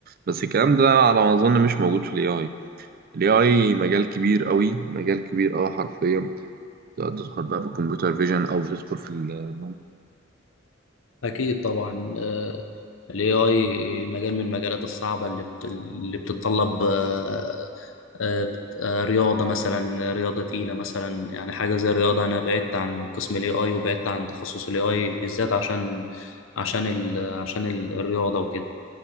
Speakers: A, on the right; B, on the left.
A: بس الكلام ده على ما أظن مش موجود في ال AI ال AI مجال كبير قوي مجال كبير قوي حرفيا تقدر تدخل بقى في الكمبيوتر فيجن أو تدخل في ال-
B: أكيد طبعا آه، ال AI مجال من المجالات الصعبة اللي بت... اللي بتتطلب آه، آه، بت- آه، رياضة مثلا رياضة تقيلة مثلا يعني حاجة زي الرياضة أنا بعدت عن قسم ال AI وبعدت عن تخصص ال AI بالذات عشان عشان ال... عشان ال- الرياضة وكده